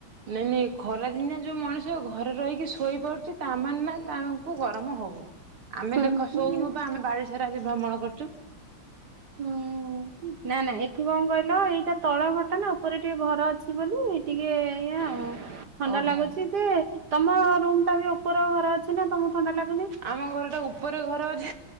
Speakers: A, on the right; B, on the right.
A: ନାଇଁ ନାଇଁ ଖରା ଦିନିଆ ଯୋଉ ମଣିଷ ଘରେ ରହିକି ଶୋଇପାରୁଛି ତାମାନେ ନା ତାଙ୍କୁ ଗରମ ହଉନି। ଆମେ
B: ହୁଁ
A: ଦେଖ
B: ହୁଁ
A: ଶୋଉନୁ ବା ଆମେ ବାରିଶାର ଆଜି ଭ୍ରମଣ କରୁ ଟୁ <inaudible>
B: ହୁଁ, ନା, ନା ଏଠି କଣ କହିଲ ଏଇଟା ତଳ ଘଟା ନା ଉପରେ ଟିକେ ଘର ଅଛି, ବୋଲି ଟିକେ ଏୟା ଆଉ। ଥଣ୍ଡା
A: ଓହୋ।
B: ଲାଗୁଛି, ଯେ ତମ ରୁମ ଟା ବି ଉପର ଘର ଅଛି, ନା ତମକୁ ଥଣ୍ଡା ଲାଗ
A: ଆମ ଘର ଟା ଉପରେ ଘର ଅଛି,